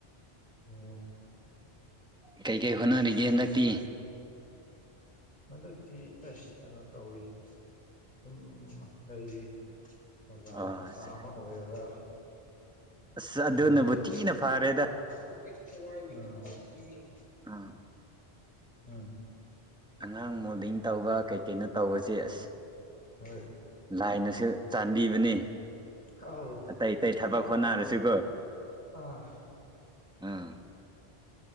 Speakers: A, on the left; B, in the centre.
A: ꯑꯣ
B: ꯀꯩ ꯀꯩ ꯍꯣꯠꯅꯔꯤꯒꯦ ꯍꯟꯗꯛꯇꯤ
A: ꯍꯟꯗꯛꯇꯤ ꯑꯁ ꯀꯩꯅꯣ ꯇꯧꯋꯤ ꯁꯨꯝ ꯂꯩꯔꯤ ꯑꯣꯖꯥ
B: ꯑꯣ
A: ꯃꯆꯥ
B: ꯑꯁ
A: ꯑꯃ ꯑꯣꯏꯔꯒ
B: ꯑꯁ
A: ꯁꯨꯝ
B: ꯑꯗꯨꯅꯕꯨ
A: ꯂꯩꯔꯤ <unintelligible>
B: ꯊꯤꯅ ꯐꯔꯦꯗ ꯑꯥ
A: ꯑꯥ
B: ꯑꯉꯥꯡ ꯃꯣꯗꯤꯡ ꯇꯧꯕ ꯀꯩꯀꯩꯅꯣ ꯇꯧꯕꯁꯦ ꯑꯁ
A: ꯍꯣꯏ
B: ꯂꯥꯏꯅꯁꯨ ꯆꯥꯟꯕꯤꯕꯅꯤ ꯂꯥꯏꯅꯁꯨ
A: ꯑꯧ
B: ꯑꯇꯩ ꯑꯇꯩ ꯊꯕꯛ
A: ꯌꯥꯝ
B: ꯍꯣꯠꯅꯔꯁꯨꯀꯣ
A: ꯅꯨꯡꯉꯥꯏꯗ ꯑꯥ
B: ꯑꯥ